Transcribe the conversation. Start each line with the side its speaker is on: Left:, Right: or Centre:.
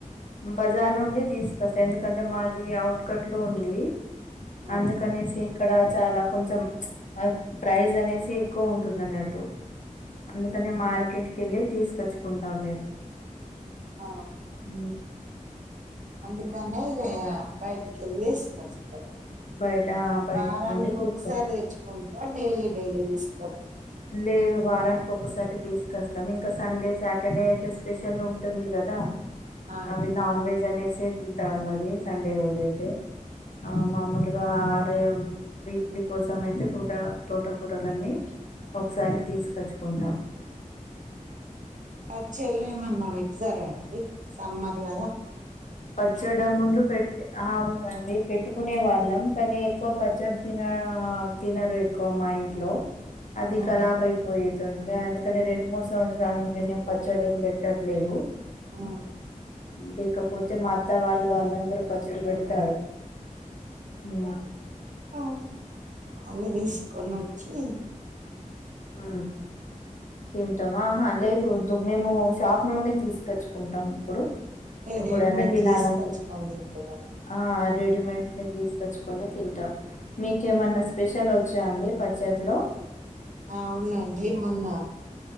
Left: బజార్ నుండి తీసుకొస్త ఎందుకంటే మాది ఔట్కట్లు ఉంది
Right: ఆ
Left: అందుకనేసి ఇక్కడ చాలా కొంచం <unintelligible> ప్రైజ్ అనేసి ఎక్కువ ఉంటుంది అన్నట్టు అందుకనే మార్కెట్ కెళ్ళి తీసుకచ్చుకుంటాం మేమ్
Right: ఆ
Left: ఊ
Right: అందుకనే ఇగ బయిటికెళ్ళేస్ <inaudible>
Left: బయట ఆ, బయట
Right: వారాన్
Left: నుండి
Right: కొకసారి
Left: తీసుకొ
Right: తెచ్చుకుంట్రా డేలీ డైలీ దీస్
Left: లేదు వారాన్ కొ కొక్కసారె తీసుకొస్తాం ఇంకా సండే శాటర్డే అయితే స్పెషల్ ఉంటుంది కదా
Right: ఆ,
Left: అవి నాన్ వెజ్ అనేసె తింటా అది సండే రోజైతే ఆ మామొలు గా వారేమ్ వీక్లీ కోసం అయితే టూట తోటపూటలన్నీ ఒక్సారి తీస్ కచ్చుకుంటాం
Right: ఆ పచ్చళ్ళేమన్న పెడతారా అండి సమ్మర్ గదా
Left: పచ్చడ ముందు పెట్టె అవునండి పెట్టుకునే వా ళ్ళం కానీ ఎక్కువ పచ్చడి తిన తినరు ఎక్కువ మా ఇంట్లో అది
Right: ఆ,
Left: ఖరాబ్ అయిపోయేద్ ండ అందుకనె రెండు మూడు సంవత్సరాల నుండి నేన్ పచ్చడేం బెట్టట్లేదు
Right: ఆ.
Left: లేకప్ మా అత్త వాళ్ళు వాళ్ళందరూ పచ్చడి బెడతారు ఊ
Right: ఆ అది దీస్కొనొచ్చి
Left: ఊ తింటవ ఆహా లేదు ద మేము షాప్ నుండి తీసుకొచ్చుకుంటాం ఇప్పుడు ఇప్పుడు
Right: రెడీమేడ్
Left: ఎండకి
Right: తీసుకొచ్చుకొని
Left: నాయ్ నొల్కి
Right: తింటారు
Left: ఆ రెడీమేంట్ నే తీస్కొచ్చుకొనె తింటాం మీకేమన్నా స్పెషలొచ్చా అండి పచ్చల్లో
Right: అవునండి మొన్న